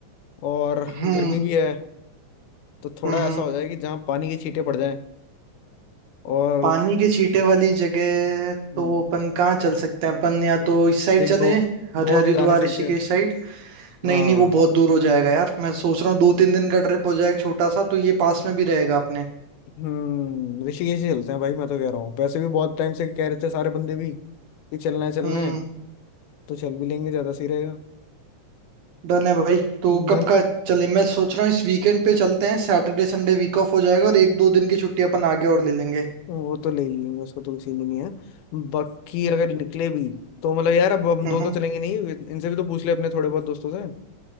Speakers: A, on the left; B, on the right.
A: और
B: हम्म
A: गर्मी भी है तो थोड़ा
B: हम्म हम्म,
A: ऐसा हो जाए कि जहाँ पानी के छींटे पड़ जाएं और
B: पानी के छींटे वाली जगह
A: हाँ
B: तो अपन कहाँ चल सकते हैं अपन या तो इस साइड
A: देख
B: चले
A: गो
B: हर
A: गोवा
B: हरिद्वार
A: तो जा नहीं सकते
B: ऋषिकेश साइड नहीं
A: हाँ
B: नहीं वो बहुत दूर हो जाएगा यार मैं सोच रहा हूँ दो तीन दिन का ट्रिप हो जाए एक छोटा सा तो ये पास में भी रहेगा अपने
A: हम्म ऋषिकेश ही चलते हैं भाई मैं तो कह रहा हूँ पैसे भी बहुत टाइम से कह रहे थे सारे बंदे भी कि चलना है चलना
B: हम्म
A: है तो चल भी लेंगे ज्यादा सही रहेगा
B: डन है भाई तो
A: डन
B: कब का चले मैं सोच रहा हूँ इस वीकेंड पे चलते हैं सैटरडे संडे वीक ऑफ हो जाएगा और एक दो दिन की छुट्टी अपन आगे और ले लेंगे
A: वो तो ले ही लेंगे उसको तो सीन ही नहीं है बाकी
B: हम्म
A: अगर निकले भी तो मतलब यार अब हम
B: हम्म।
A: दो तो चलेंगे नहीं इनसे भी तो पूछ ले अपने थोड़े बहुत दोस्तों से